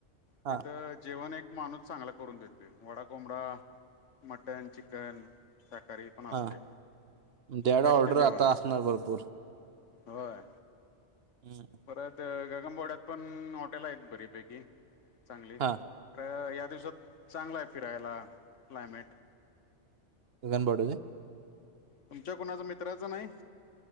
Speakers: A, on the right (about 60°); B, on the left (about 85°).
A: हा
B: तिथं जेवण एक माणूस चांगला करून देतोय वडा कोंबडा मटन चिकन शाकाहारी न
A: हा
B: असते
A: त्याकडे
B: बेस्ट
A: ऑर्डर
B: जीवन
A: आता
B: आहे.
A: असणार भरपूर
B: होय.
A: हम्म.
B: परत गगमबोड्यात पण हॉटेल आहेत बरीपैकी चांगली
A: हा
B: तर या दिवसात चांगला आहे फिरायला क्लायमेट
A: गगन बावडा
B: तुमच्या कोणाच्या मित्राचं नाइ?